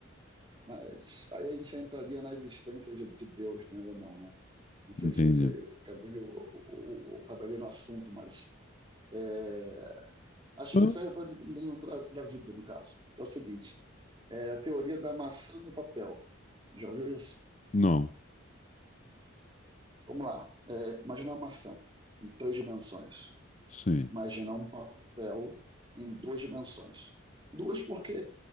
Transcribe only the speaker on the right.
mas aí a gente entraria na existência de de Deus, né, ou não, né? Não sei
se esse cabelo o, o, o caberia no assunto, mas é, acho
que serve para nenhum da, da vida, no caso. Que é o seguinte: é a teoria da maçã e o papel. Já ouviu isso?
Vamos lá. É, imagina uma maçã em três dimensões.
Imagina um papel em duas dimensões. Duas porque